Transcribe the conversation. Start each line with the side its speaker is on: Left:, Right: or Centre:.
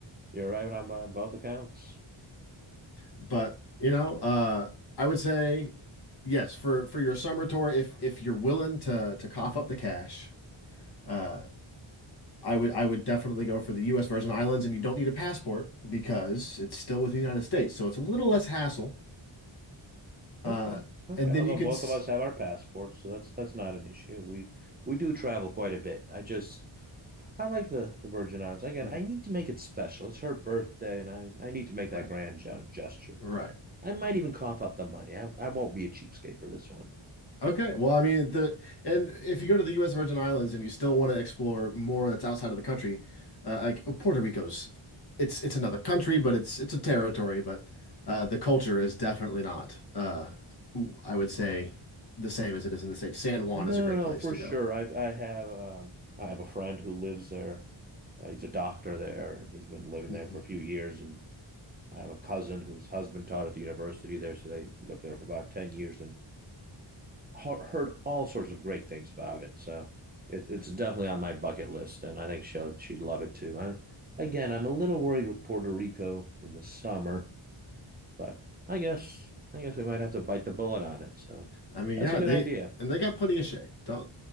Right: You're right on uh, both accounts.
Left: but you know, uh, I would say yes for for your summer tour if if you're willing to to cough up the cash. Uh, I would I would definitely go for the U.S. Virgin Islands, and you don't need a passport because it's still within the United States, so it's a little less hassle. Uh,
Right: Okay. Okay.
Left: and
Right: Although
Left: then you can
Right: both
Left: s
Right: of us have our passports, so that's that's not an issue. We we do travel quite a bit. I just I like the the Virgin Islands. Again,
Left: Mhm.
Right: I need to make it special. It's her birthday, and I I need to make
Left: right,
Right: that grand gesture.
Left: right,
Right: I might even cough up the money. I, I won't be a cheapskate for this one.
Left: okay. Well, I mean the and if you go to the U.S. Virgin Islands and you still want to explore more that's outside of the country, uh, like oh, Puerto Rico's, it's it's another country, but it's it's a territory, but uh, the culture is definitely not. Uh, I would say the same as it is in the States. San Juan
Right: No,
Left: is a great
Right: no,
Left: place
Right: for
Left: to
Right: sure.
Left: go.
Right: I've I have um I have a friend who lives there. Uh, he's a doctor there, and he's been living
Left: Mhm.
Right: there for a few years. And I have a cousin whose husband taught at the university there, so they lived there for about ten years. And heard all sorts of great things about it. So it, it's definitely on my bucket list, and I think she'll she'd love it too. I'm again, I'm a little worried with Puerto Rico in the summer, but I guess I guess we might have to bite the bullet on it. So
Left: I mean,
Right: that's
Left: yeah,
Right: a good
Left: they
Right: idea.
Left: and they got plenty of shade. Don't